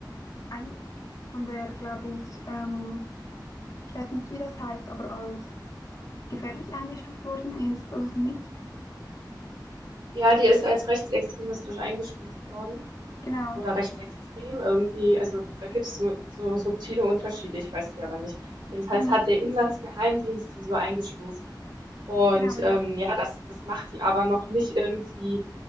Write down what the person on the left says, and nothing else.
ein von der, glaube ich, ähm, ich weiß nicht, wie das heißt, aber als gefährlich eingestuft worden ist, also nicht.
Genau.
Hm,
genau, ja.